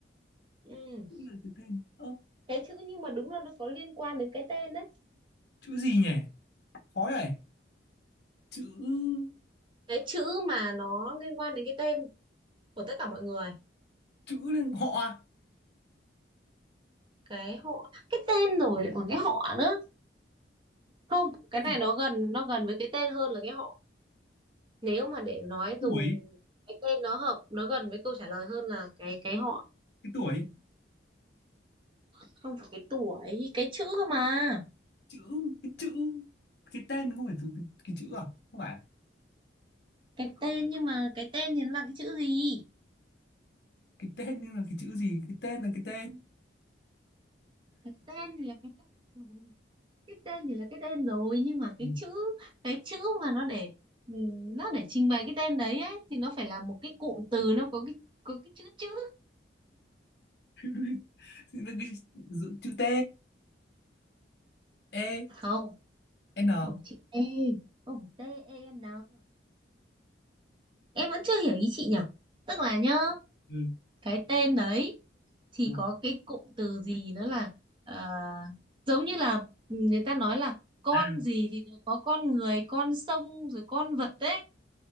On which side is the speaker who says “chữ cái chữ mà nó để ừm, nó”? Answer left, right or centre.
Right